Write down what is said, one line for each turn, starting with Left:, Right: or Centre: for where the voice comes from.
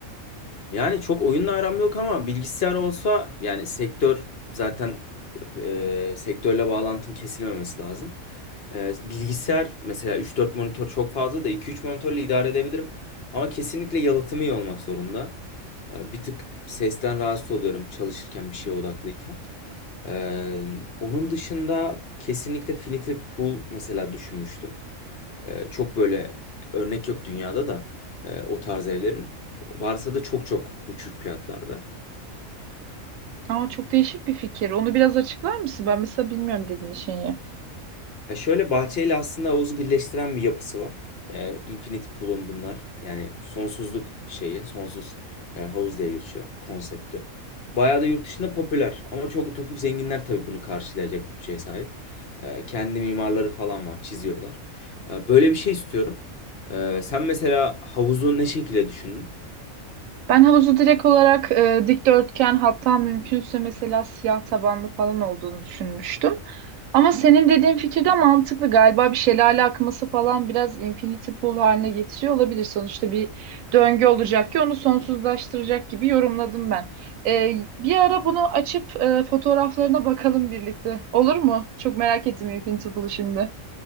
Left: Yani çok oyunla aram yok ama bilgisayar olsa yani sektör zaten eee, sektörle bağlantım kesilmemesi lazım. Eee, bilgisayar mesela üç dört monitör çok fazla da iki üç monitörle idare edebilirim. Ama kesinlikle yalıtımı iyi olmak zorunda. Eee, bir tık sesten rahatsız oluyorum çalışırken bir şeye odaklıyken. Eee, onun dışında kesinlikle Finity Pool mesela düşünmüştüm. E, çok böyle örnek yok dünyada da e, o tarz evlerin. Varsa da çok çok uçuk fiyatlarda.
Right: <laughs> Aa, çok değişik bir fikir. Onu biraz açıklar mısın? Ben mesela bilmiyorum dediğin şeyi.
Left: Ya şöyle bahçeyle aslında havuzu birleştiren bir yapısı var. E, Infinity Pool'un bunlar. Yani sonsuzluk şeyi, sonsuz e, havuz diye geçiyor konsepti. Bayağı da yurt dışında popüler. Ama çok ütopik zenginler tabii bunu karşılayacak bütçeye sahip. E, kendi mimarları falan var, çiziyorlar. E, böyle bir şey istiyorum. E, sen mesela havuzu ne şekilde düşündün?
Right: Ben havuzu direkt olarak e, dikdörtgen hatta mümkünse mesela siyah tabanlı falan olduğunu düşünmüştüm. Ama senin dediğin fikir de mantıklı. Galiba bir şelale akması falan biraz infinity pool haline getiriyor olabilir. Sonuçta bir döngü olacak ki onu sonsuzlaştıracak gibi yorumladım ben. E, bir ara bunu açıp e, fotoğraflarına bakalım birlikte. Olur mu? Çok merak ettim infinity pool'u şimdi.